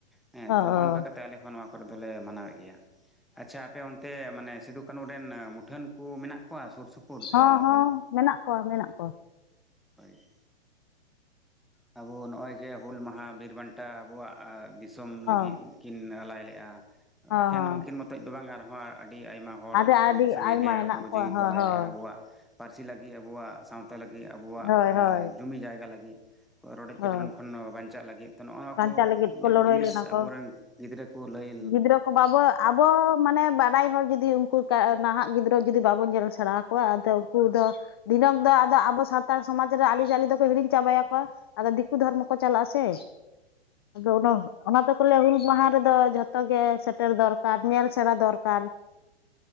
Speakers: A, in the centre; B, on the left (about 25°).
A: ᱦᱮᱸ
B: ᱚ ᱚ
A: ᱛᱚ ᱱᱚᱜᱼᱚ ᱱᱚᱝᱠᱟ ᱠᱟᱛᱮ ᱟᱞᱮ ᱦᱚᱸ ᱱᱚᱣᱟ ᱠᱚᱨᱮ ᱫᱚᱞᱮ ᱢᱟᱱᱟᱣᱮᱫ ᱜᱮᱭᱟ ᱟᱪᱪᱷᱟ ᱟᱯᱮ ᱚᱱᱛᱮ ᱢᱟᱱᱮ ᱥᱤᱫᱩ ᱠᱟᱱᱦᱩ ᱨᱮᱱ ᱢᱩᱴᱷᱟᱹᱱ ᱠᱚ ᱢᱮᱱᱟᱜ ᱠᱚᱣᱟ ᱥᱩᱨ ᱥᱩᱯᱩᱨ ᱥᱮ
B: ᱦᱚᱸ ᱦᱚᱸ
A: ᱵᱟᱹᱱᱩᱜ
B: ᱢᱮᱱᱟᱜ ᱠᱚᱣᱟ ᱢᱮᱱᱟᱜ ᱠᱚᱣᱟ᱾
A: ᱦᱳᱭ ᱟᱵᱩ ᱱᱚᱜᱼᱚᱭ ᱡᱮ ᱦᱩᱞ ᱢᱟᱦᱟ ᱵᱤᱨᱵᱟᱱᱴᱟ ᱟᱵᱚᱣᱟᱜ ᱫᱤᱥᱚᱢ
B: ᱦᱚᱸ
A: ᱞᱟᱹᱜᱤᱫ ᱠᱤᱱ ᱟᱞᱟᱭ ᱞᱮᱫᱼᱟ
B: ᱦᱚᱸ
A: ᱮᱠᱷᱮᱱ
B: ᱦᱚᱸ
A: ᱩᱱᱠᱤᱱ ᱢᱚᱛᱚᱡ ᱫᱚ ᱵᱟᱝ ᱟᱨᱦᱚᱸ ᱟᱹᱰᱤ ᱟᱭᱢᱟ ᱦᱚᱲ
B: ᱟᱫᱚ ᱟᱹᱰᱤ
A: ᱥᱟᱸᱜᱮ
B: ᱟᱭᱢᱟ
A: ᱜᱮ
B: ᱦᱮᱱᱟᱜ
A: ᱟᱵᱚ
B: ᱠᱚᱣᱟ
A: ᱡᱤᱣᱤ
B: ᱦᱳᱭ
A: ᱠᱚ ᱞᱟᱭ
B: ᱦᱳᱭ
A: ᱞᱮᱫᱼᱟ ᱟᱵᱚᱣᱟᱜ᱾ ᱯᱟᱹᱨᱥᱤ ᱞᱟᱹᱜᱤᱫ ᱟᱵᱩᱣᱟᱜ ᱥᱟᱶᱛᱟ ᱞᱟᱹᱜᱤᱫ ᱟᱵᱚᱣᱟᱜ
B: ᱦᱳᱭ ᱦᱳᱭ
A: ᱡᱩᱢᱤ ᱡᱟᱭᱜᱟ ᱞᱟᱹᱜᱤᱫ᱿ ᱨᱚᱰᱚᱡ
B: ᱦᱳᱭ
A: ᱠᱚᱪᱞᱚᱱ ᱠᱷᱚᱱ ᱵᱟᱧᱪᱟᱜ ᱞᱟᱹᱜᱤᱫ᱾ ᱛᱚ ᱱᱚᱜ ᱚ ᱱᱚᱣᱟ
B: ᱵᱟᱧᱪᱟᱜ
A: ᱠᱚ
B: ᱞᱟᱹᱜᱤᱫ ᱠᱚ ᱞᱟᱹᱲᱦᱟᱹᱭ
A: ᱡᱤᱱᱤᱥ
B: ᱞᱮᱱᱟ ᱠᱚ
A: ᱟᱵᱚᱨᱮᱱ ᱜᱤᱫᱽᱨᱟᱹ ᱠᱚ ᱞᱟᱹᱭ
B: ᱜᱤᱫᱽᱨᱟᱹ ᱠᱚ ᱵᱟᱵᱚ ᱟᱵᱚ ᱢᱟᱱᱮ ᱵᱟᱰᱟᱭ ᱦᱚᱲ ᱡᱩᱫᱤ ᱩᱱᱠᱩ ᱱᱟᱦᱟᱜ ᱜᱤᱫᱽᱨᱟᱹ ᱡᱩᱫᱤ ᱵᱟᱵᱚᱱ ᱧᱮᱞ ᱥᱮᱸᱲᱟ ᱟᱠᱚᱣᱟ ᱩᱱᱠᱩ ᱫᱚ ᱫᱷᱤᱱᱟᱹᱝ ᱫᱚ ᱟᱫᱚ ᱟᱵᱚ ᱥᱟᱱᱛᱟᱲ ᱥᱚᱢᱟᱡᱽ ᱨᱮ ᱟᱹᱨᱤᱪᱟᱹᱞᱤ ᱫᱚᱠᱚ ᱦᱤᱲᱤᱧ ᱪᱟᱵᱟᱭᱟᱠᱚ ᱟᱫᱚ ᱫᱤᱠᱩ ᱫᱷᱚᱨᱢᱚ ᱠᱚ ᱪᱟᱞᱟᱜ ᱟ ᱥᱮ ᱟᱫᱚ ᱚᱱᱟ ᱚᱱᱟᱛᱮᱠᱚ ᱞᱟᱹᱭᱟ ᱦᱩᱞ ᱢᱟᱦᱟ ᱨᱮᱫᱚ ᱡᱷᱚᱛᱚ ᱜᱮ ᱥᱮᱴᱮᱨ ᱫᱚᱨᱠᱟᱨ ᱧᱮᱞ ᱥᱮᱬᱟ ᱫᱚᱨᱠᱟᱨ